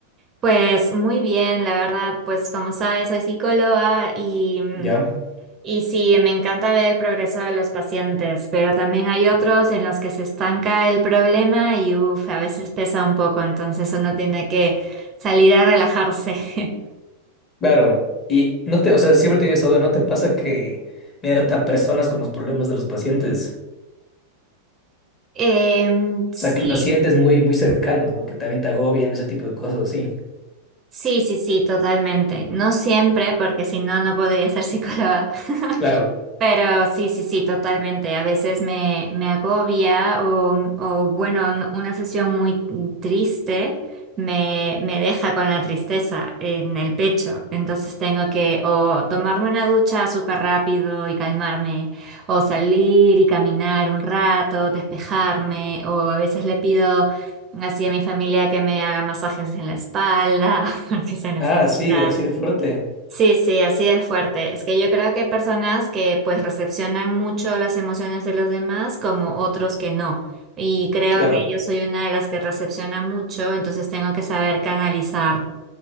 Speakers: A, on the right (about 30°); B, on the left (about 25°).
A: Pues muy bien, la verdad, pues como sabes, soy psicóloga y, mm,
B: ¿Ya?
A: y sí, me encanta ver el progreso de los pacientes, pero también hay otros en los que se estanca el problema y uf, a veces pesa un poco, entonces uno tiene que salir a relajarse. <laughs>
B: Claro. Y no te, o sea, siempre tienes esa duda, ¿no te pasa que me a personas con los problemas de los pacientes?
A: Em, sí,
B: O sea, que los sientes muy, muy cercanos, ¿no? Que también te agobian, ese tipo de cosas así.
A: sí, sí, sí, totalmente. No siempre, porque si no, no podría ser psicóloga.
B: Claro.
A: Pero sí, sí, sí, totalmente. A veces me, me agobia o, o, bueno, n- una sesión muy triste me, me deja con la tristeza en el pecho. Entonces tengo que o tomarme una ducha súper rápido y calmarme, o salir y caminar un rato, despejarme, o a veces le pido así a mi familia que me haga masajes en la espalda <laughs> porque se necesita.
B: Ah, sí, así de fuerte.
A: Sí, sí, así de fuerte. Es que yo creo que hay personas que pues recepcionan mucho las emociones de los demás como otros que no. Y creo
B: Claro.
A: que yo soy una de las que recepciona mucho, entonces tengo que saber canalizar